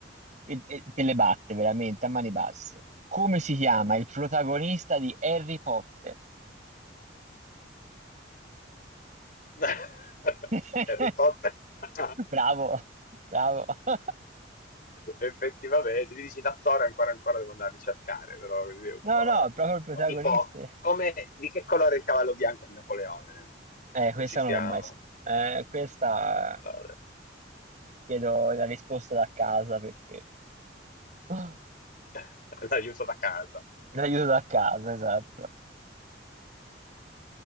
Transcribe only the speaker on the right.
E, e te le batte veramente a mani basse. Come si chiama il protagonista di Harry Potter?
<laughs>
Bravo, bravo. <laughs>
No,
no, proprio il protagonista.
Eh,
questa
non l'ho mai so- Eh, questa
chiedo la risposta da casa perché <gasps>
l'aiuto da casa, esatto.